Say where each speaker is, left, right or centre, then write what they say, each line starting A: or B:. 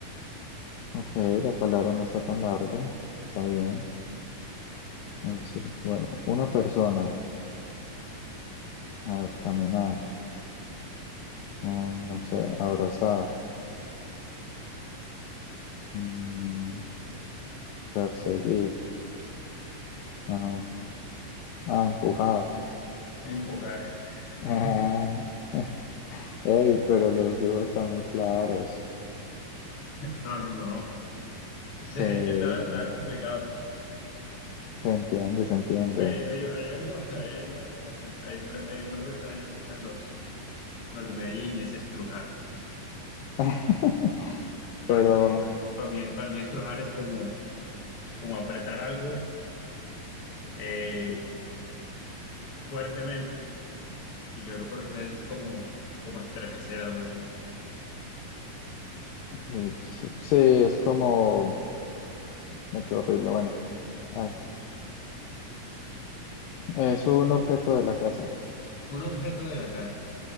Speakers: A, on the left; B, on the left.
A: Ok, la palabra no está tan larga. Está bien. Vamos a decir, bueno, una persona. A ver, caminar. Mm, no sé, abrazar. Mm, perseguir. Ah, no. Ah, empujar.
B: empujar.
A: Ah.
B: <laughs>
A: <laughs> Ey, pero los dibujos están muy claros.
B: No, no, no.
A: Sí,
B: De hecho,
A: se
B: estaba, estaba complicado.
A: entiende, se entiende.
B: Oye, hay, hay- hay algo, <laughs> hay, hay un verbo complicado, hay un, hay un verbo extraño que usan los, los de Medellín y es estrujar.
A: <laughs>
B: Porque
A: Pero,
B: para mí, para mí estrujar es como, como apretar algo eh,
A: sí.
B: fuertemente. Y creo que para ustedes es como, como estremecer, algo así.
A: Y Sí, sí, es como... Me quedó horrible, bueno. Ay. Es un objeto de la casa,
B: Un objeto de la casa.